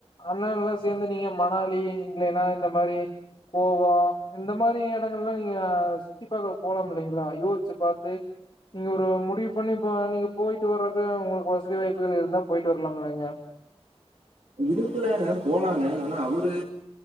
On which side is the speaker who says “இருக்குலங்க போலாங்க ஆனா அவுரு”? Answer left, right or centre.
Right